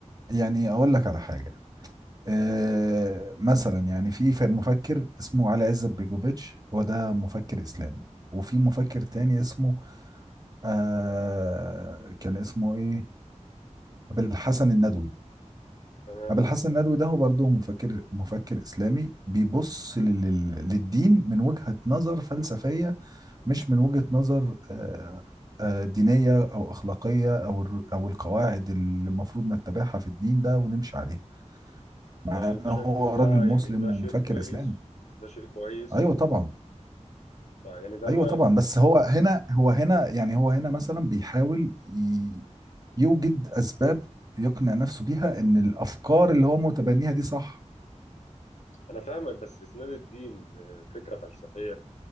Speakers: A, on the right; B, on the left.
A: يعني اقول لك على حاجة آه مثلا يعني في ف- مفكر اسمه علي عزت بيجوفيتش وده مفكر إسلامي وفي مفكر تاني اسمه آه كان اسمه ايه بالحسن الندوي
B: تمام
A: أبو الحسن الندوي ده هو برضه مفكر مفكر إسلامي بيبص لل... لل- للدين من وجهة نظر فلسفية مش من وجهة نظر آه، آه، دينية أو أخلاقية أو الر- أو القواعد اللي المفروض نتبعها في الدين ده ونمشي عليها مع
B: طب انت
A: إن هو
B: شايف ان ده
A: راجل مسلم
B: يعني ده
A: ومفكر
B: شيء كويس
A: إسلامي
B: ده شيء كويس
A: أيوه طبعا
B: آه، طيب يعني ده
A: أيوه
B: ما
A: طبعا بس هو هنا هو هنا يعني هو هنا مثلا بيحاول ي- يوجد أسباب يقنع نفسه بيها إن الأفكار اللي هو متبنيها دي صح
B: انا فاهمك بس اسناد الدين لفكره فلسفيه